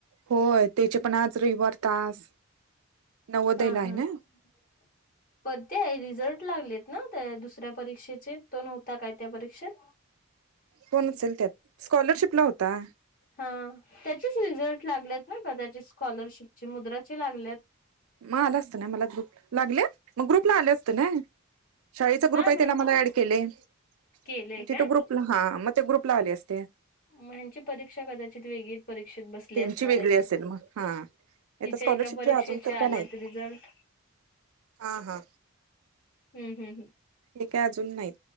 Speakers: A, on the right; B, on the left.
A: होय त्याचे पण आज रविवार तास नवोदयला
B: हा
A: आहे ना.
B: <unintelligible> पण ते रिझल्ट लागलेत ना त्या दुसऱ्या परीक्षेचे तो नव्हता काय त्या परीक्षेत?
A: तो असेल त्यात स्कॉलरशिप ला होता.
B: हा त्याचेच रिझल्ट लागलेत ना कदाचित स्कॉलरशिपची मुद्राचे लागल्यात.
A: मग आलं असतं ना मला ग्रुप लागले मग ग्रुपला आले असते ना. शाळेचा
B: काय
A: ग्रुप आहे
B: माहिती
A: त्याला मला ऍड केले म
B: केलंय काय
A: तिथ हा मग त्या ग्रुपला आले असते.
B: मग यांची परीक्षा कदाचित वेगळीच परीक्षेत बसली
A: त्यांची
B: असणार
A: वेगळी
B: आहे
A: असेल
B: ती.
A: मग हा
B: तिच्या
A: आता स्कॉलरशिपचे
B: एका परीक्षेचे
A: अजून तर
B: आल्यात
A: काय नाहीत
B: रिझल्ट.
A: हा हा
B: हम्म. हम्म. हम्म.
A: हे काय अजून नाही